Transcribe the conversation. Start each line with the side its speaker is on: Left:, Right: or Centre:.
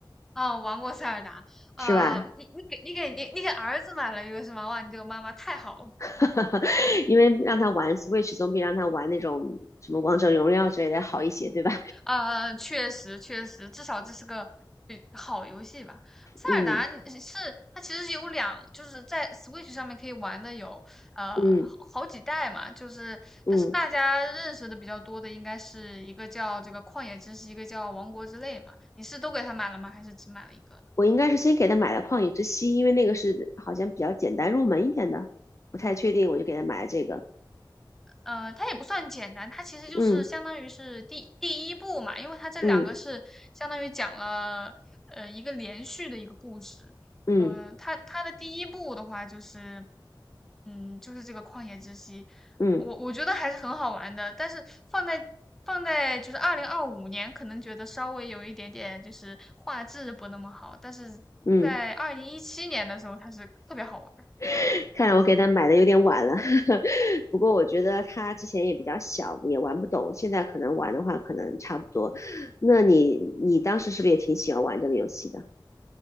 Centre: 哦，玩过塞尔达。
Left: 是吧？
Centre: 呃，你你给你给你你给儿子买了一个是吗？哇，你这个妈妈太好了。
Left: <laughs> 因为让他玩 Switch 总比让他玩那种什么王者荣耀之类的好一些，对吧？
Centre: 呃，确实确实，至少这是个呃好游戏吧。塞尔达你是它其实是有两，
Left: 嗯
Centre: 就是在 Switch 上面可以玩的有呃好几代嘛，
Left: 嗯
Centre: 就是但是大家认识的比较多的应该是一个叫这个旷野之息，
Left: 嗯，
Centre: 一个叫王国之泪嘛。你是都给它买了吗？还是只买了一个？
Left: 我应该是先给他买了旷野之息，因为那个是好像比较简单入门一点的。不太确定，我就给他买了这个。
Centre: 呃，它也不算简单，它其实就是相当于是第第一部嘛，
Left: 嗯
Centre: 因为它这两个是相当于讲了呃一个连续的一个故事。
Left: 嗯嗯
Centre: 嗯、呃它它的第一部的话就是，嗯，就是这个旷野之息，
Left: 嗯
Centre: 我我觉得还是很好玩的，但是放在放在就是二零二五年，可能觉得稍微有一点点就是画质不那么好，但是在二零一七年的时候，
Left: 嗯，
Centre: 它是特别好玩儿。
Left: <laughs> 看来我给他买的有点晚了，
Centre: 嗯。
Left: <laughs> 不过我觉得他之前也比较小，也玩不懂，现在可能玩的话，可能差不多。那你你当时是不是也挺喜欢玩这个游戏的？